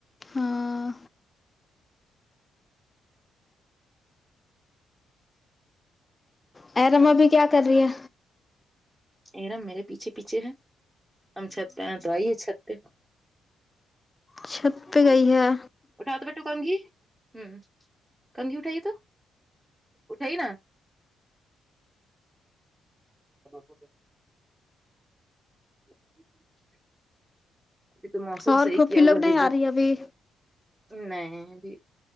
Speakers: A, on the left; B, on the right.
A: ہاں ارم
B: ہے
A: ابھی کیا کر رہی ہے
B: ارام میرے پیچھے پیچھے ہے ہم چھت پہ آ تو آئی ہے چھت پہ
A: چھت
B: <unintelligible>
A: پہ گئی ہے
B: اٹھا تو بیٹو کنگھی ہ کنگھی اٹھائیے تو اٹھائی نا <unintelligible> ابھی تو موسم
A: اور
B: صحیح
A: پھوپھی
B: کیا
A: لوگ
B: ہوا ہے
A: نہیں
B: ایک
A: آ
B: دم
A: رہی ابھی
B: نہیں ابھی